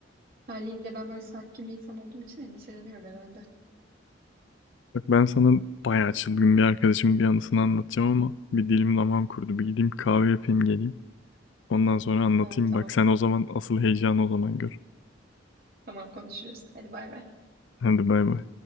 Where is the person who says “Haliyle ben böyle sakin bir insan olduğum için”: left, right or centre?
Right